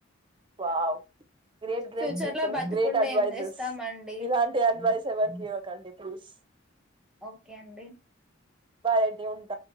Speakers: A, on the right (about 25°); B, in the centre.
A: వావ్ గ్రేట్ గ్రేట్
B: ఫ్యూచర్
A: పీపుల్
B: లో బతికుండ
A: గ్రేట్ అడ్వైజెస్
B: ఏం చేస్తామండి
A: ఇలాంటి అడ్వైస్ ఎవరికి ఇవ్వకండి ప్లీజ్
B: ఒకే అండి
A: పడ <unintelligible> ఉంట